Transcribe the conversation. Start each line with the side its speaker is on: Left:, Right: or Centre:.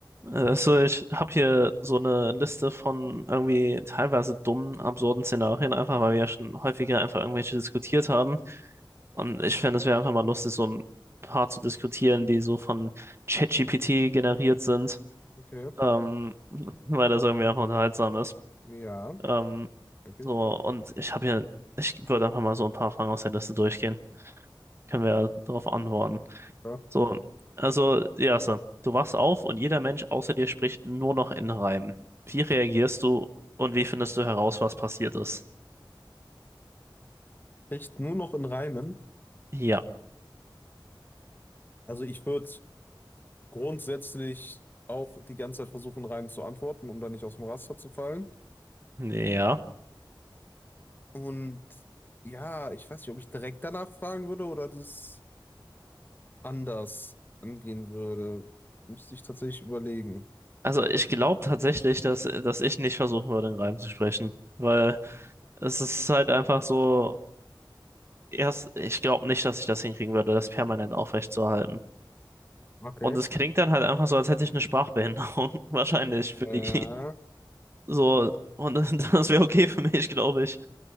Right: Also ich habe hier so eine Liste von irgendwie teilweise dummen, absurden Szenarien, einfach weil wir ja schon häufiger einfach irgendwelche diskutiert haben. Und ich fände, es wäre einfach mal lustig, so ein paar zu diskutieren, die so von ChatGPT generiert sind,
Left: Okay.
Right: ähm, <laughs> weil das irgendwie einfach unterhaltsam ist.
Left: Ja,
Right: Ähm,
Left: wirklich.
Right: so, und ich habe hier, ich würde einfach mal so ein paar Fragen aus der Liste durchgehen. Können wir darauf antworten.
Left: Ja.
Right: So, also, ja, so. Du wachst auf und jeder Mensch außer dir spricht nur noch in Reimen. Wie reagierst du und wie findest du heraus, was passiert ist?
Left: Echt nur noch in Reimen.
Right: Ja,
Left: Also ich würde grundsätzlich auch die ganze Zeit versuchen, Reimen zu antworten, um da nicht aus dem Raster zu fallen.
Right: ja.
Left: Und ja, ich weiß nicht, ob ich direkt danach fragen würde oder das anders angehen würde. Müsste ich tatsächlich überlegen.
Right: Also ich glaube tatsächlich, dass, dass ich nicht versuchen würde, in Reimen zu sprechen, weil es ist halt einfach so, erst, ich glaube nicht, dass ich das hinkriegen würde, das permanent aufrechtzuerhalten.
Left: Okay.
Right: Und es klingt dann halt einfach so, als hätte ich eine Sprachbehinderung, <laughs> wahrscheinlich
Left: Ja,
Right: für die, So, und das, <laughs> das wäre okay für mich, glaube ich.